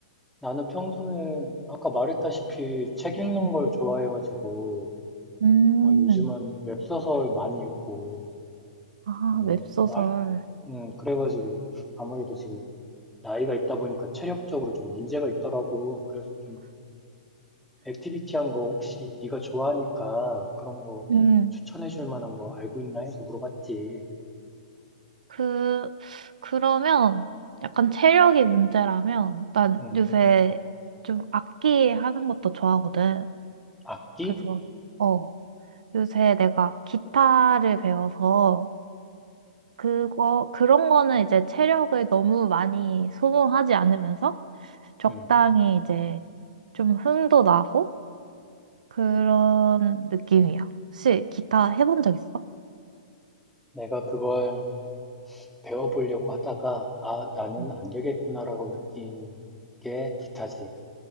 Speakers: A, in the centre; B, on the right.
A: 나는 평소에 아까 말했다시피 책 읽는
B: 음.
A: 걸 좋아해가지고
B: 음,
A: 어, 요즘은 웹소설 많이 읽고
B: 아,
A: 어,
B: 웹소설.
A: 뭐 할, 음, 그래가지고 아무래도 지금 나이가 있다 보니까 체력적으로 좀 문제가 있더라고. 그래서 좀 액티비티한 거 혹시 네가 좋아하니까 그런 거
B: 음.
A: 추천해 줄 만한 거 알고 있나 해서 물어봤지.
B: 그, 그러면 약간 체력이 문제라면 난
A: 음,
B: 요새 좀 악기 하는 것도 좋아하거든.
A: 악기?
B: 그래서, 어, 요새 내가 기타를 배워서 그거, 그런 거는 이제 체력을 너무 많이 소모하지 않으면서 적당히
A: 음,
B: 이제 좀 흥도 나고 그런 느낌이야. 혹시 기타 해본 적 있어?
A: 내가 그걸 배워보려고 하다가, 아, 나는
B: 음.
A: 안 되겠구나라고 느낀 게 기타지.